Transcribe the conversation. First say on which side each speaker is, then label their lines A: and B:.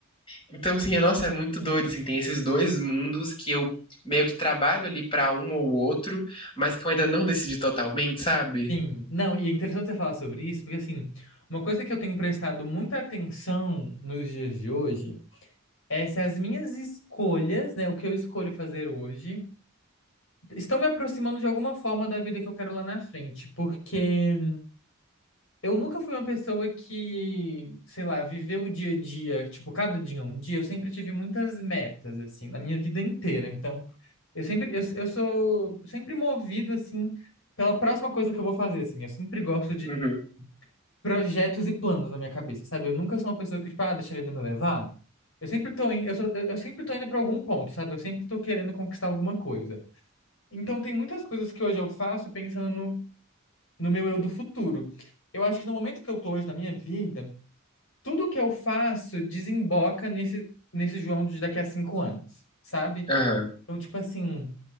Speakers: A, on the left; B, on the left.
A: então, assim, é- nossa, é muito doido, assim, tem esses dois mundos que eu meio que trabalho ali pra um ou outro, mas que eu ainda não decidi totalmente, sabe?
B: Sim, não, e é interessante você falar sobre isso, porque assim, uma coisa que eu tenho prestado muita atenção nos dias de hoje é se as minhas escolhas, né, o que eu escolho fazer hoje, estão me aproximando de alguma forma da vida que eu quero lá na frente, porque eu nunca fui uma pessoa que, sei lá, viveu o dia a dia, tipo, cada dia é um dia, eu sempre tive muitas metas, assim, na minha vida inteira, então, eu sempre, eu, eu sou sempre movido, assim, pela próxima coisa que eu vou fazer, assim, eu sempre gosto de
A: Uhum,
B: projetos e planos na minha cabeça, sabe? Eu nunca sou uma pessoa que, tipo, ah, deixa a vida me levar. Eu sempre tô, in... eu sou... eu eu sempre tô indo para algum ponto, sabe? Eu sempre tô querendo conquistar alguma coisa. Então, tem muitas coisas que hoje eu faço pensando no, no meu eu do futuro. Eu acho que no momento que eu tô hoje na minha vida, tudo que eu faço desemboca nesse, nesse João de daqui a cinco anos, sabe?
A: aham,
B: Então, tipo assim,